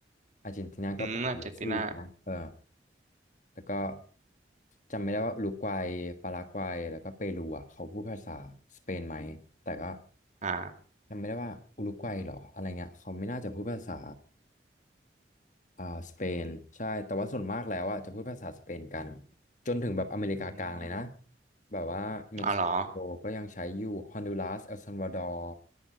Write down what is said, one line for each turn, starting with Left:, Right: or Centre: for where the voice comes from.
Left: อาร์เจนตินาก็เป็นของเมสซี่ใช่ไหมเออ
Right: อืมอาร์เจนตินา
Left: แล้วก็จำไม่ได้ว่าอุรุกวัยปารากวัยแล้วก็เปรูอ่ะเขาพูดภาษาสเปนไหมแต่ก็
Right: อ่า
Left: จำไม่ได้ว่าอุรุกวัยเหรออะไรเงี้ยเขาไม่น่าจะพูดภาษาอ่าสเปนใช่แต่ว่าส่วนมากแล้วอ่ะจะพูดภาษาสเปนกันจนถึงแบบอเมริกากลางเลยนะ
Right: อม
Left: แบบว่าเม็กซิโกก็ยังใช้อยู่ฮอนดูรัสเอลซัลวาดอร์
Right: อ๋อเหรอ